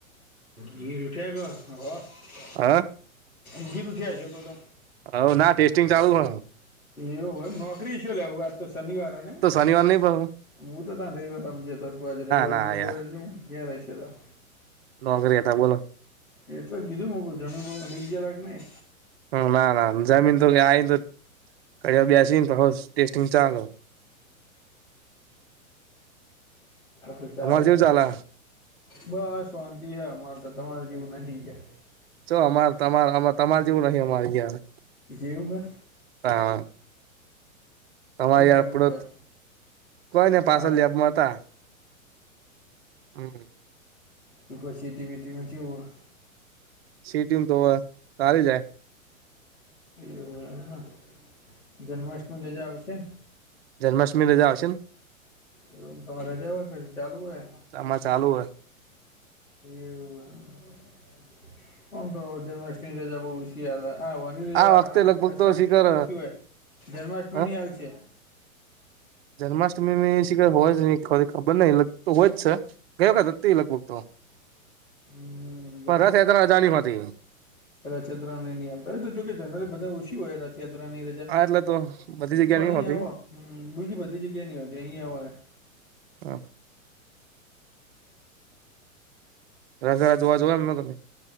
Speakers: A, on the left; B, on the right.
A: ગીર ઉઠ્યા ગ હ
B: હ.
A: ઉગીર ઉઠીયા છે, તો તો
B: હવ ના ટેસ્ટિંગ ચાલુ હ
A: એવું હોય નોકરી શું લેવું આ તો શનિવાર હને
B: શનીવાર ની પર હું
A: હું તો તં રવિવાર સમજુ તા આજે રવિવાર
B: ના
A: રવિવાર
B: યાર
A: હશે હ ક્યાં રહીશ તા.
B: નોકરી હતા બોલો
A: એટલે જ કીધું મું જમીન વમીન હોઈ ગરા કે નહી?
B: હમ ના ના જમીન તો આ તો ઘળયા બેસીન પાહુ ટેસ્ટિંગ ચાલુ
A: એવુ <unintelligible> ચાર
B: અમારે જેવું
A: હજાર
B: ચાલે
A: બસ વાંતી હે અમારે તો તમારે જેવું નાહી ગયા
B: ચો અમાર તમાર તમાર જેવું ની અમારે અયા
A: એવું હે
B: હા તમારી
A: શી બાજુ
B: આપડત
A: ફર
B: કોઈ ને પાછ
A: હા
B: લેબમાં હતા હમ
A: સુખ સેતીબેટીમાં <unintelligible>
B: સિટી તો સારી જાય
A: એવું જન્માષ્ટમી રજા આવશે
B: જન્માષ્ટમી રજા આવશે ને
A: એવમ તમારે રજા હોય પછી ચાલુ હોય
B: ચામાં ચાલુ હોય
A: એવું આમ તો જન્માષ્ટમી રજા <unintelligible>
B: આ વખતે લગભગ
A: અષાઢી
B: તો શીખર
A: બીજની સિવાય જન્માષ્ટમીની
B: હ
A: હાલ છે.
B: જન્માષ્ટમી શિય હોય જ ન ખબર નય લગ તો હોય જ છે. ગઈ વખત હતી લગભગ તો
A: હમ
B: પર રથયાત્રા રજાની હોતી
A: રથયાત્રા નીની <unintelligible> જો કે જનરલી બધા ઓછી હોય રથયાાની
B: હા એટલે તો બધી જગ્યા
A: પણ
B: નહી
A: અહી
B: હોતી
A: આવ, બીજી બધી જગ્યા ની હો અહી આવ.
B: હ. <unintelligible> જોવા જો એમ ના તમે.